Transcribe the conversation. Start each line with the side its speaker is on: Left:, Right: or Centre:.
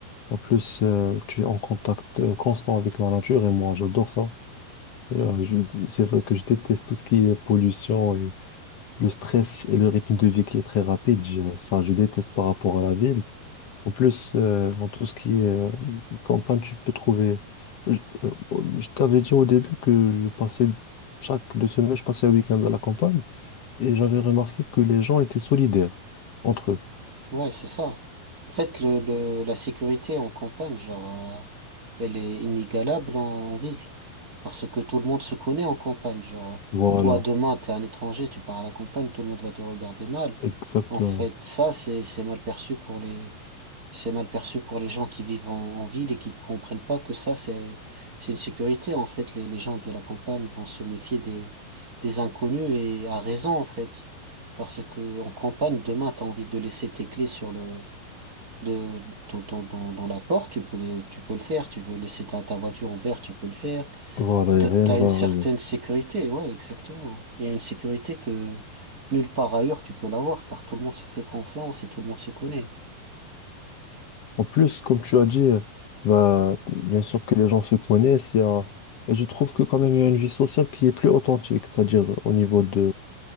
Left: En plus, euh, tu es en contact euh, constant avec la nature et moi j'adore ça. Euh, je- c'est vrai que je déteste tout ce qui est pollution et le stress et le rythme de vie qui est très rapide. Je- ça, je déteste par rapport à la ville. En plus, euh, dans tout ce qui est euh, campagne, tu peux trouver. Je, euh, bon, je t'avais dit au début que je passais, chaque deux semaines, je passais un week-end à la campagne et j'avais remarqué que les gens étaient solidaires entre eux.
Right: Ouais, c'est ça. En fait, le, le, la sécurité en campagne, genre, euh, elle est inégalable en, en ville. Parce que tout le monde se connaît en campagne. Genre, euh,
Left: Voilà,
Right: toi, demain, t'es un étranger, tu pars à la campagne, tout le monde va te regarder mal.
Left: exactement.
Right: En fait, ça, c'est, c'est mal perçu pour les, c'est mal perçu pour les gens qui vivent en, en ville et qui comprennent pas que ça, c'est, c'est une sécurité. En fait, les, les gens de la campagne vont se méfier des, des inconnus et à raison, en fait. Parce que en campagne, demain, t'as envie de laisser tes clés sur le, de, dans, dans, dans- dans la porte, tu peux, les- tu peux le faire. Tu veux laisser ta, ta voiture ouverte, tu peux le faire.
Left: Voilà, et
Right: T'as
Left: rien
Right: t'as
Left: ne va
Right: une certaine
Left: arriver.
Right: sécurité. Ouais, exactement. Il y a une sécurité que nulle part ailleurs tu peux l'avoir, car tout le monde se fait confiance et tout le monde se connaît.
Left: En plus, comme tu as dit, euh, bah, bien sûr que les gens se connaissent. Il y a... Et je trouve que quand même, il y a une vie sociale qui est plus authentique, c'est-à-dire au niveau de,